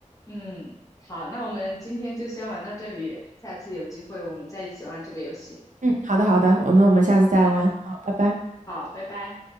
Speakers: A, on the left; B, on the right.
A: 嗯，好，那我们今天就先玩到这里，下次有机会我们再一起玩这个游戏。
B: 嗯，好的，好的，我那我们下次再玩，
A: 嗯，
B: 好，拜拜。
A: 好，拜拜。